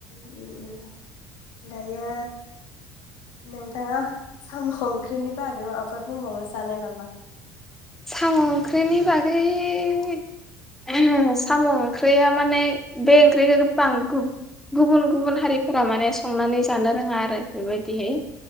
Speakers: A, on the left; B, in the centre.
A: उम दायो नोंथाङा साम' ओंख्रिनि बागै माबाफोर बुंबावनो सानो नामा?
B: साम' ओंख्रिनि बागै साम' ओंख्रिया माने बे ओंख्रि बां गु गुबुन गुबुन हारिफोरा माने संनानै जानो रोङा आरो बेबायदिहै।